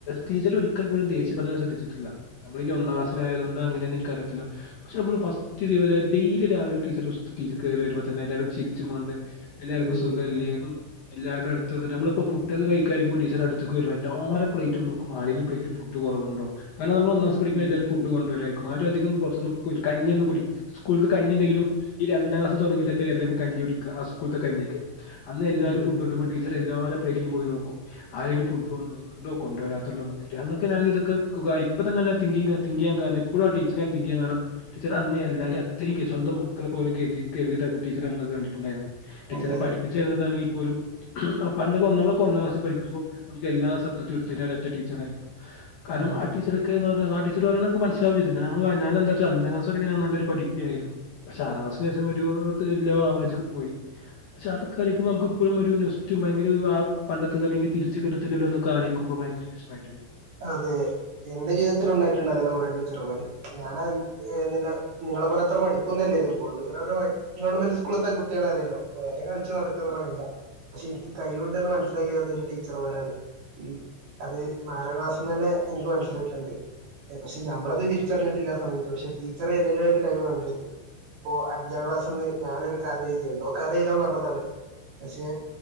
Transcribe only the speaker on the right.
ഉം
ഉം
ഉം
ഉം
അതെ
ഉം
അതെ എന്റെ ജീവിതത്തില ഉണ്ടായിട്ടുണ്ട് അങ്ങനെ കുറട്ട ത്ര പാടി ഞാനാ ഹ് <unintelligible> നിങ്ങളെ പോലെത്ര പഠിപ്പൊന്നു ല്ലേനി ഫുള്ള് <unintelligible> ങ്ങനെഗവൺമെന്റ് സ്കൂളത്തെ കുട്ട്യേളെ അറ്യല്ലോ നടക്കുന്നു
ളൊ ഇല പക്ഷെ ഇൻക്ക് കൈയുണ്ടന്ന് മനസിലാക്കിന്ന് എന്റെ ടീച്ചർമാരാണ് ഉം അത് എാം ക്ലാസ്ന്നെ എനിക്ക് മനസ്സിലിട്ടുണ്ട് പക്ഷെ നമ്മളത് തിരിച്ചറിഞ്ഞിട്ടില്ല ആ സമയത്ത് പക്ഷെ ടീച്ചർ എന്നിലും ഒരു കഴിവ് കണ്ടിണ്ട് ഇപ്പോഅഞ്ചാം
ക്ലാസ്ന്ന് ഞാനൊരു കഥ എഴ്‌തിണ്ടോ കഥ ചെയഴുതാൻ പറഞ്ഞതാണ് പക്ഷേ